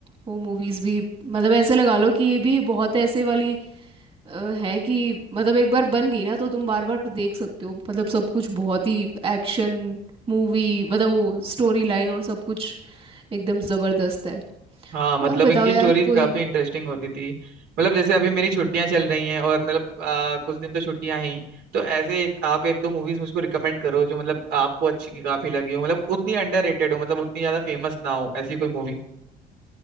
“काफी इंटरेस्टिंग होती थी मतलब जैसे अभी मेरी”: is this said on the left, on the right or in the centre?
Right